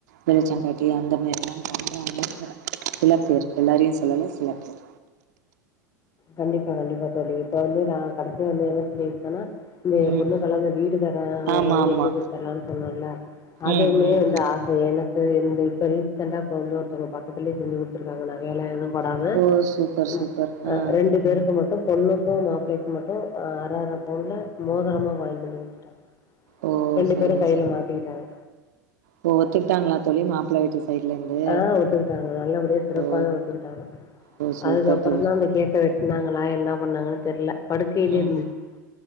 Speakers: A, on the right; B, on the left.
A: வெளிச்சங்காட்டி அந்த மாரில்லாம் பண்றாங்கங்கற சில பேர் எல்லாரையு சொல்லல சில பேர்.
B: கண்டிப்பா கண்டிப்பா தோழி இப்ப வந்து நா கடைசியா வந்து என்ன சொல்லிருக்கேனா ந்து ஏ
A: ம்
B: பொண்ணுக்கெல்லா இந்த வீடு தரே ஒரு
A: ஆமா
B: மாரி
A: ஆமா
B: எழுதி குடுத்தர்லான் சொன்னல்ல அதுவுமே
A: ம் ம்
B: வந்து ஆச எனக்கு இந்த இப்ப ரீசெண்டா இப்ப வந்து ஒருத்தவங்க பக்கத்துலியே செஞ்சு குடு த்துருக்காங்க நகை எல்லா எதுவு போடம
A: ஓ சூப்பர்
B: இப்
A: சூப்பர் ஆ
B: அ ரெண்டு பேருக்கு மட்டு பொண்ணுக்கு மாப்ளைக்கு மட்டு அ அர அர பவுன்ல மோதரமா வாய்ன்ட்டு வந்து குடுத்துட்டாங்க.
A: ஓ
B: ரெண்டு
A: சரிங்க
B: பேரு கைல மாத்திக்கிட்டாங்க.
A: ஓ ஒத்துக்கிட்டாங்ளா தோழி மாப்பிள வீட்டு சைட்லந்து
B: ஆ ஒத்துக்கிட்டாங்க. நல்லபடியா சிறப்பாவே
A: ஓ.
B: ஒத்துக்கிட்டாங்க.
A: ஓ சூப்பர்
B: அதுக்கப்புறம்
A: தோழி.
B: தான் அந்த கேக்க வெட்னாங்களா என்னா பண்ணாங்கனு தெர்ல படுக்கைலியே
A: ம்
B: இருந்துச்சு.